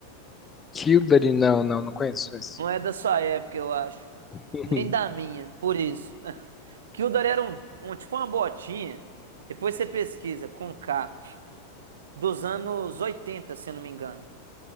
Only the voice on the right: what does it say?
Não é da sua época, eu acho.
Nem da minha, por isso. <laughs> Kildare era um, um tipo uma botinha. Depois você pesquisa com K, dos anos 80, se eu não me engano.